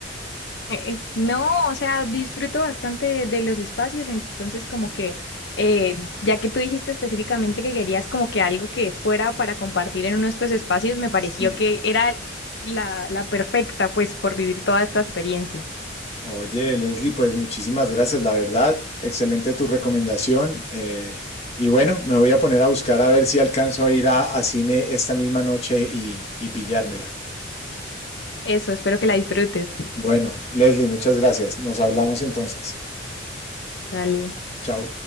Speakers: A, on the left (about 60°); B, on the left (about 35°).
A: Eh, No, o sea, disfruto bastante de, de los espacios, entonces como que, eh, ya que tú dijiste específicamente que querías como que algo que fuera para compartir en uno de estos espacios, me pareció
B: Sí,
A: que era la, la perfecta, pues, por vivir toda esta experiencia.
B: Oye, Leslie, pues muchísimas gracias, la verdad. Excelente tu recomendación. eh, y bueno, me voy a poner a buscar a ver si alcanzo a ir a, a cine esta misma noche y, y pillármela.
A: Eso, espero que la disfrutes.
B: Bueno, Leslie, muchas gracias. Nos hablamos entonces.
A: Dale.
B: Chao.